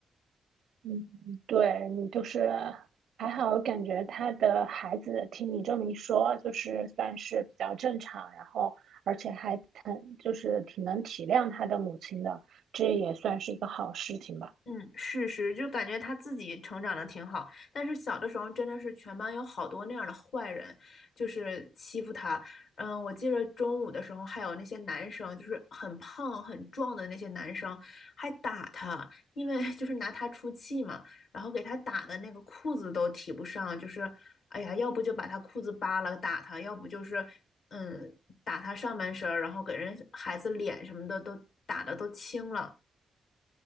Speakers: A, on the right (about 75°); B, on the left (about 70°).
A: 嗯，对，你就是还好，感觉他的孩子听你这么一说，就是算是比较正常，然后而且还挺就是挺能体谅他的母亲的，这也算是一个好事情吧。
B: 嗯，是是，就感觉他自己成长的挺好，但是小的时候真的是全班有好多那样的坏人，就是欺负他。嗯，我记得中午的时候还有那些男生，就是很胖很壮的那些男生，还打他，因为 <laughs> 就是拿他出气嘛，然后给他打的那个裤子都提不上，就是哎呀，要不就把他裤子扒了打他，要不就是嗯打他上半身儿，然后给人孩子脸什么的都打的都青了。